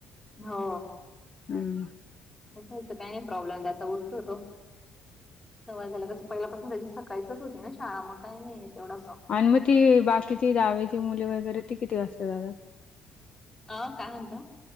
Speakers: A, on the left; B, on the left.
A: हो
B: हम्म
A: उठायचा काही नाही प्रॉब्लेम त्याचा उठतो तो. सवय झालं कसं पहिल्यापासून त्याची सकाळीच होती ना शाळा मग काय नाही तेवढं.
B: आणि मग ती बाकीची जावेची मुले वगैरे ती किती वाजता जातात
A: अ काय म्हणता.